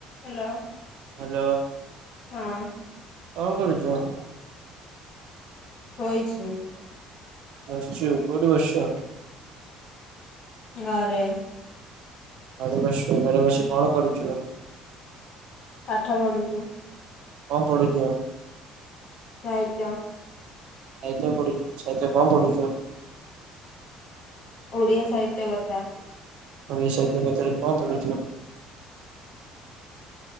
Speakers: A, on the left; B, on the right.
A: Hello
B: hello.
A: ହଁ।
B: କଣ କରୁଚ।
A: ବଇଛି।
B: ବସିଛୁ କଉଠି ବସିଚ।
A: ଘରେ।
B: ଘରେ ବସିଚୁ ଘରେ ବସି କଣ କରୁଛୁ।
A: ପାଠ ପଢୁଚି।
B: କଣ ପଢୁଚୁ।
A: ସାଇତ୍ୟ।
B: ସାହିତ୍ୟ ପଢଡୁଛୁ ସାହିତ୍ୟ କଣ ପଡୁଛୁ।
A: ଓଡ଼ିଆ ସାହିତ୍ୟ କଥା।
B: ଓଡ଼ି ସାହିତ୍ୟ କଥା ରେ କଣ ପଡୁଛୁ।